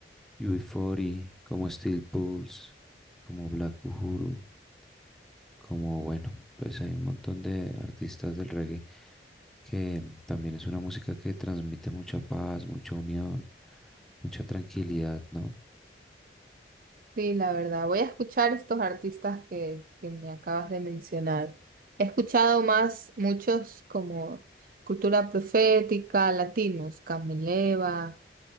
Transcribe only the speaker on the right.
sí, la verdad. Voy a escuchar estos artistas que, que me acabas de mencionar. He escuchado más muchos como Cultura Profética, latinos, Cameleva,